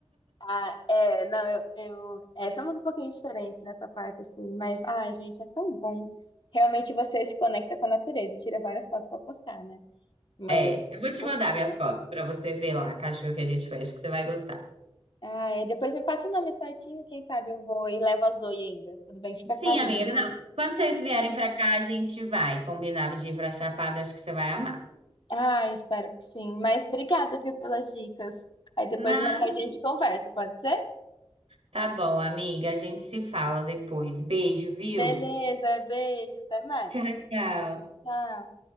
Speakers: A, on the left; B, on the right.
A: Ah, é, não, eu, eu é, somos um pouquinho diferentes nessa parte, assim, mas, ai, gente, é tão bom. Realmente você se conecta com a natureza, e tira várias fotos pra postar, né? Mas
B: É, eu vou te
A: o
B: mandar
A: som.
B: minhas fotos pra você ver lá a cachorro que a gente fez, que você vai gostar.
A: Ah, é, depois me passa o nome certinho, quem sabe eu vou e levo a Zoe ainda. Tudo bem, fica
B: Sim,
A: carinho.
B: amiga, não. Quando vocês vierem pra cá, a gente vai combinar de ir pra Chapada, acho que você vai amar.
A: Ah, espero que sim. Mas obrigada, viu, pelas dicas. Aí depois
B: Não,
A: mais tarde a gente conversa, pode ser?
B: tá bom, amiga, a gente se fala depois. Beijo, viu?
A: Beleza, beijo, até mais.
B: Tchau, tchau.
A: Tchau.